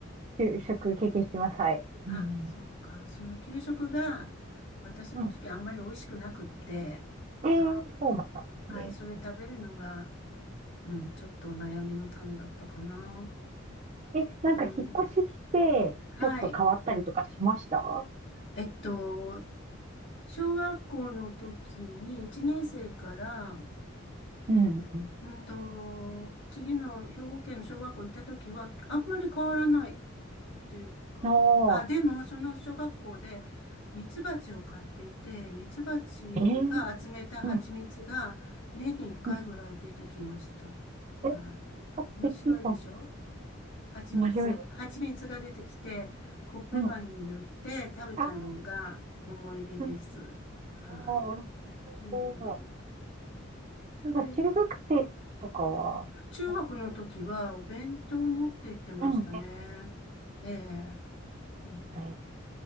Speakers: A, on the right; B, on the left.
A: 就職経験してます。はい。
B: あ、
A: うん。
B: そうか。その給食が私の時あんまり美味しくなくって、
A: うん。で、
B: はい。
A: そうだったんですね。
B: はい、それ食べるのが、うん、ちょっと悩みの種だったかな。
A: え、なんか引っ越しして、
B: うん。はい。
A: ちょっと変わったりとかしました
B: えっと、小学校の時に1年生から、
A: うんうん。
B: うんと、次の兵庫県の小学校行った時はあんまり変わらないっていうか、
A: ああ、
B: あ、でも、その小学校で、ミツバチを飼っていて、ミツバチが集めた蜂蜜が、
A: えー、うん
B: 年に1回ぐらい出てきました。
A: うん。
B: は
A: え、なんか素敵と思う
B: い。面白いでしょ蜂蜜。
A: 面白いです。
B: 蜂蜜が出てきて、コッペパンに塗って食べたのが思い出です。
A: うんうん。ああうんうん。
B: は
A: ああ、美味しそう。
B: い。うん。
A: なんか中学生とかは、
B: で、中学の時はお弁当を持って行ってましたね。
A: なんかうんですよね。
B: ええ。そう。
A: はい。